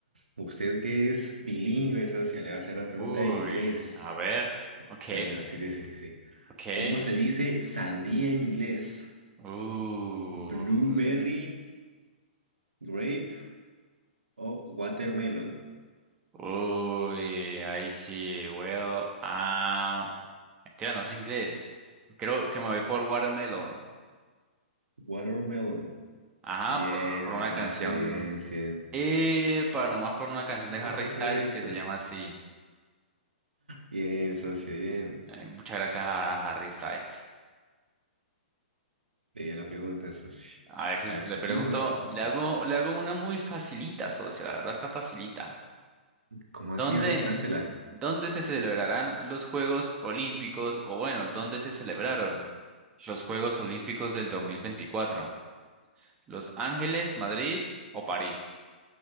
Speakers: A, on the right; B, on the right.
A: Usted que es bilingüe, socio, le va a hacer una pregunta
B: Uy,
A: en inglés.
B: a ver. Ok,
A: Bueno, sí, sí, sí, sí. sí.
B: ok.
A: ¿Cómo se dice sandía en inglés?
B: Uy,
A: Blueberry. Grape Oh, watermelon.
B: uy, ahí sí, well, ah, mentira, no sé inglés. Creo que me voy por Watermelon.
A: Watermelon.
B: Ajá,
A: Bien,
B: por, por
A: socio,
B: una canción.
A: bien, bien.
B: Eh, para nomás por una canción de
A: Era
B: Harry
A: correcto.
B: Styles que se llama así.
A: Bien, socio, bien.
B: Eh, muchas gracias a, a Harry Styles.
A: Leí la pregunta, socio.
B: A ver si
A: A ver,
B: le
A: su
B: pregunto,
A: turno, socio, su
B: le
A: turno.
B: hago, le hago una muy facilita, socio, la verdad está facilita.
A: ¿Cómo así?
B: ¿Dónde,
A: A ver, láncela.
B: dónde se celebrarán los Juegos Olímpicos? O bueno, ¿dónde se celebraron los Juegos Olímpicos del 2024? ¿Los Ángeles, Madrid o París?